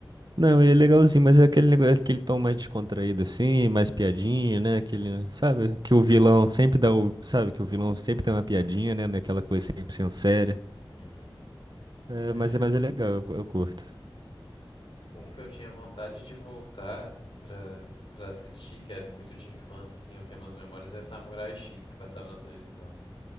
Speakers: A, on the right (about 50°); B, on the left (about 70°).
A: Não, ele é legalzinho, mas é aquele negócio, aquele tom mais descontraído assim, mais piadinha, né? Aquele, sabe? Que o vilão
B: Uhum.
A: sempre dá, o, sabe? Que o vilão sempre tem uma piadinha, né? Naquela coisa 100% séria.
B: Uhum.
A: É,
B: É,
A: mas é, mas é legal, eu, eu curto.
B: Um que eu tinha vontade de voltar pra, pra assistir, que é muito de infância, assim, eu tenho umas memórias, é Samurai X, que passava na televisão.